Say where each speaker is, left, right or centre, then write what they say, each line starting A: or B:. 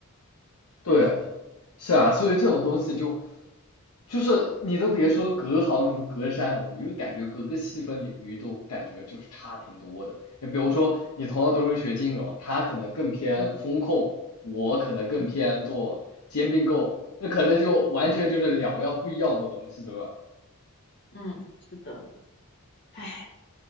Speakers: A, on the left; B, on the left.
A: 对，
B: 唉，
A: 是啊，所以这种东西就就是你都别说隔行如隔山，你就感觉各个细分领域都感觉就是差挺多的。你比如说，你同样都是学金融，他可能更偏风控，
B: 嗯。
A: 我可能更偏做兼并购，
B: 嗯
A: 那可能就完全就是两样不一样的东西，对吧？
B: 嗯，是的，唉，